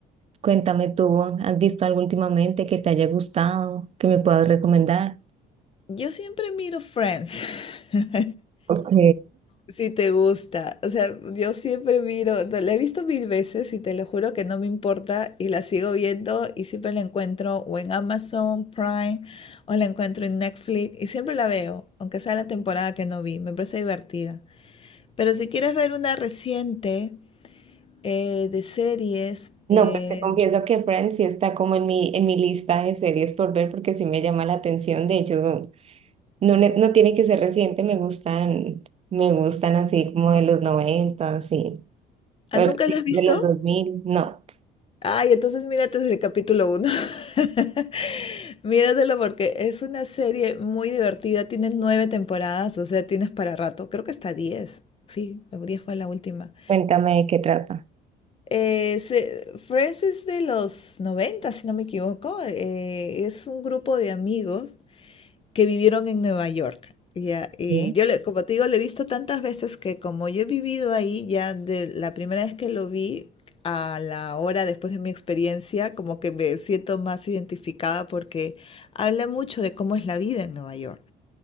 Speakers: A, on the right; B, on the left.
A: Cuéntame tú, ¿has visto algo últimamente que te haya gustado, que me puedas recomendar?
B: Yo siempre miro Friends, <laughs>
A: Ok,
B: si te gusta. O sea, yo siempre miro, no, la he visto mil veces y te lo juro que no me importa y la sigo viendo y siempre la encuentro o en Amazon Prime o la encuentro en Netflix y siempre la veo, aunque sea la temporada que no vi, me parece divertida. Pero si quieres ver una reciente eh, de series,
A: No,
B: eh,
A: pues te confieso que Friends sí está como en mi, en mi lista de series por ver porque sí me llama la atención. De hecho, No, ne- no tiene que ser reciente, me gustan, me gustan así como de los 90, así,
B: ¿ah,
A: o
B: ¿nunca
A: de
B: la has visto?
A: de los dos mil no.
B: Ay, entonces mírate desde el capítulo uno, <laughs> Míratelo porque es una serie muy divertida. Tiene nueve temporadas, o sea, tienes para rato. Creo que hasta diez. Sí, diez fue la última.
A: Cuéntame de qué trata.
B: Eh, se- Friends es de los 90, si no me equivoco. Eh, es un grupo de amigos que vivieron en Nueva York. Ya, y
A: ¿Sí?
B: yo, le, como te digo, lo he visto tantas veces que como yo he vivido ahí, ya de la primera vez que lo vi a la hora después de mi experiencia, como que me siento más identificada porque habla mucho de cómo es la vida en Nueva York.